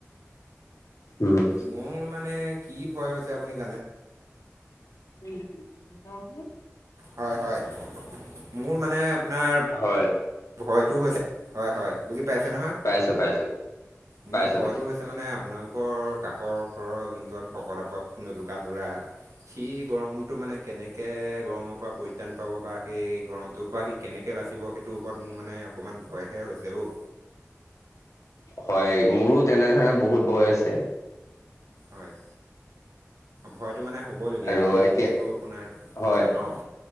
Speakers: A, on the left (about 75°); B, on the right (about 75°).
A: উম
B: মোৰ মানে কি ভয় হৈছে আপুনি জানে
A: কি কওকচোন।
B: হয় হয়, মোৰ মানে আপোনাৰ
A: হয়
B: এইটো হৈছে, হয় হয় বুজি পাইছে নহয়,
A: পাইছো পাইছো
B: মোৰ
A: পাইছো
B: ভয়টো
A: পাইছো
B: হৈছে মানে আপোনালোকৰ কাষৰ ঘৰৰ যোনজন শকত আপত নোদুকা ল'ৰা সি গৰমটো মানে কেনেকে গৰমৰ পৰা পৰিত্ৰাণ পাব বা সেই গৰমটো পৰা সি কেনেকৈ বাচিব সেইটোৰ ওপৰত মোৰ মানে অকণমান ভয়হে হৈছে অ'
A: হয়, মোৰো তেনেধৰণে বহুত ভয় হৈছে।
B: হয়, ভয়টো মানে হ'বলগীয়া
A: আৰু
B: সি
A: এতিয়া
B: যিহেতু আপোনাৰ
A: হয়
B: অ',